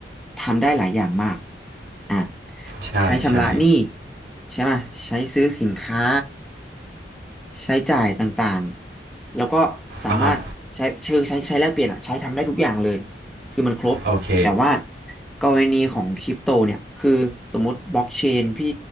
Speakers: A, in the centre; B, on the right.
A: ทำได้หลายอย่างมากอ่ะ
B: ใช่
A: ใช้ชำระหนี้
B: ใช่
A: ใช่ไหมใช้ซื้อสินค้าใช้จ่ายต่างๆแล้วก็สามารถใช้เชิงใช้ใช้แลกเปลี่ยนอ่ะใช้ทำได้ทุกอย่างเลย
B: อะฮะ
A: คือมันครบแต่ว่า
B: โอเค
A: กรณีของคริปโตเนี่ยคือสมมติบล็อกเชนพี่